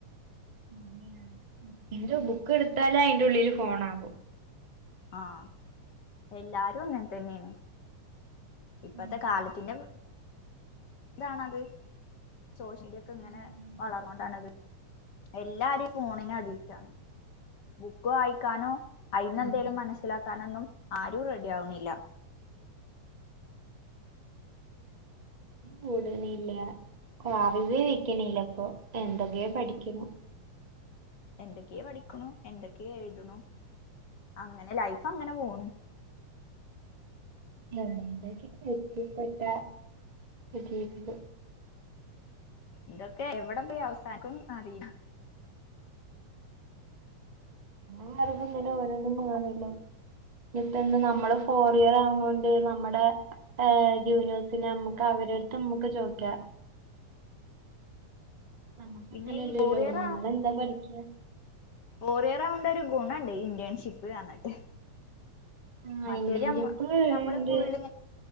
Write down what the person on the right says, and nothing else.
രി എന്റെ ബുക്ക് എടുത്താലെ അയിന്റെ ഉള്ളില് ഫോണാകും
അതെ
ഉം
അതന്നെ
കൂടണില്ല കറിവേവക്കണില്ല ഇപ്പൊ എന്തൊക്കെയാ പഠിക്കണം
ഞവിടെന്തക്ക എത്തിപ്പെട്ട ജീവിതം
വറതന്നല്ല ഓരോന്നും മാറല്ലോ ട്ടണ്ട് നമ്മള് ഫോറിയർ ആവുന്നത് കൊണ്ട് നമ്മുടെ ഹ് ജൂനോസിനെ നമ്മുക്ക് അവരടുത്ത് നമ്മുക്ക് ചോദിക്കാം നമ്മക്ക്
അങ്ങനെല്ലല്ലോ
നമ്മളെന്താ പഠിക്യ
ആഹ്
ഇന്റേൺഷിപ്പ്
ഉണ്ട്